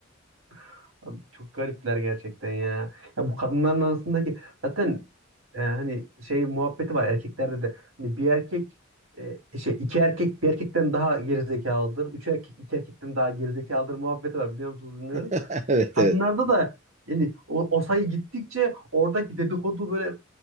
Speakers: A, on the right; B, on the right.
A: <laughs> Abi çok garipler gerçekten ya. Ya bu kadınların arasındaki zaten e, hani şey muhabbeti var erkeklerde de. Hani bir erkek e, şey iki erkek bir erkekten daha gerizekalıdır. Üç erkek iki erkekten daha gerizekalıdır muhabbeti var biliyor musunuz bilmiyorum.
B: <laughs> Evet
A: kadınlarda
B: evet.
A: da yani o, o sayı gittikçe oradaki dedikodu böyle